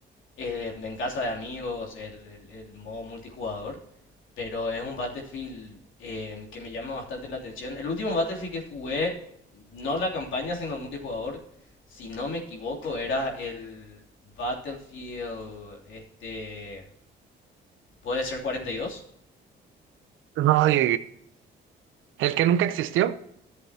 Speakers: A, on the left; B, on the right.
A: eh, en casa de amigos, el, el- el modo multijugador. Pero es un Battlefield eh, que me llama bastante la atención. El último Battlefield que jugué, no la campaña, sino el multijugador, si no me equivoco, era el Battlefield, este, puede ser 42.
B: Ay, el que nunca existió.